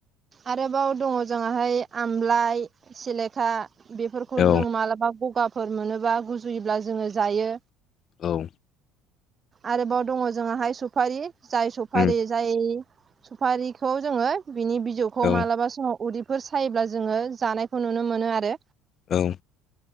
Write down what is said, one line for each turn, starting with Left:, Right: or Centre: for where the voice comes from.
Right: आरोबाव दङ जोंहाय आमलाइ सिलेखा बेफोरखौ
Left: औ
Right: जों मालाबा गगाफोर मोनोबा गुजुयोब्ला जोङो जायो
Left: औ
Right: आरोबाव दङ जोंहा हाय सुफारि जाय सुफारि
Left: उम
Right: जाय सुफारिखौ जोङो बिनि बिजौखौ
Left: औ
Right: मालाबा समाव उदै फोर सायोब्ला जोङो जानायखौ नुनो मोनो आरो
Left: औ